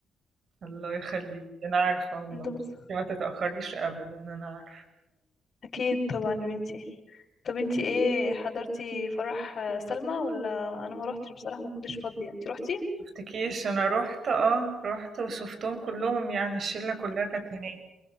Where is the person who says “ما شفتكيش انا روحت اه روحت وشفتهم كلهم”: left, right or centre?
Right